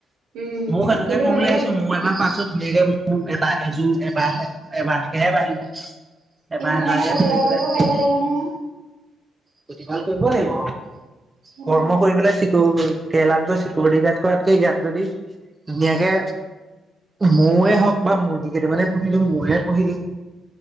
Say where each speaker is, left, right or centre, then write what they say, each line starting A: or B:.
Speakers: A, on the right (about 85°); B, on the right (about 20°).
A: উম
B: মোও সোকে
A: কিন্তু
B: কম
A: তেনেকে
B: বুলি আহিছো মোৰ এবাৰ পাছত ধাকে মোৰ এটা এযোৰ এবাৰে এবাৰেহে বাঢ়িব এবাৰ
A: কিন্তু তেনেকে
B: এবাৰ যে
A: প্ৰতিবাদ
B: ধৰি গলৈ
A: কৰিব
B: ধে
A: পাৰিব লাগিব নহয়
B: প্ৰতিপাল কৰিব লাগিব
A: অ
B: কৰ্ম কৰি পেলাই চিক কেৰেলাক য চিকিুৰিটি গাৰ্ড কৰাতকে ইয়াক যদি ধুনীয়াকে মৌৱে হওক বা মুৰ্গী কেইটামানে পুহিলো মৌয়ে পুহিলো